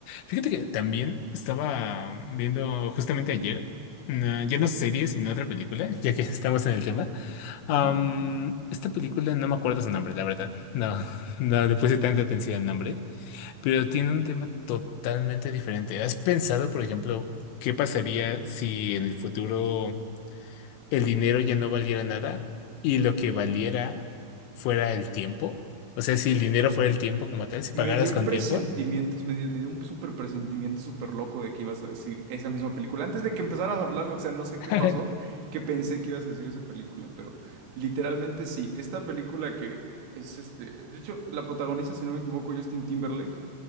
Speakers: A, on the left; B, on the right.
A: Fíjate que también estaba viendo justamente ayer, una- ya no serie, sino otra película, ya que <laughs> estamos en el tema. Am,
B: Ujú.
A: esta película no me acuerdo su nombre, la verdad. No, <laughs> no le puse tanta atención al nombre, pero tiene un tema totalmente diferente. ¿Has pensado, por ejemplo, qué pasaría si en el futuro... el dinero ya no valiera nada y lo que valiera fuera el tiempo. O sea, si el dinero fuera el tiempo como tal, si pagaras
B: Me dio
A: con
B: el presentimiento,
A: tiempo.
B: me dio, me dio un súper presentimiento súper loco de que ibas a decir esa misma película. Antes de que empezaras a hablarlo, o sea, no sé
A: <laughs>
B: qué pasó, que pensé que ibas a decir esa película, pero literalmente sí. Esta película que es este, de hecho, la protagoniza, si no me equivoco, Justin Timberlake.